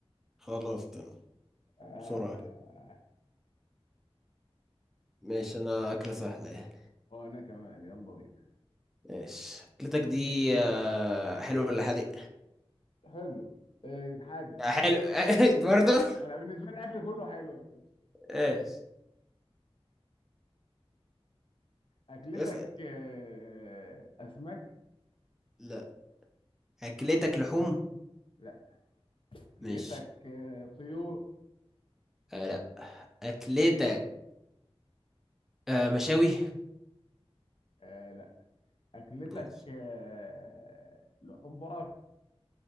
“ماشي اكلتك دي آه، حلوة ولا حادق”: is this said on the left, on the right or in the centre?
Centre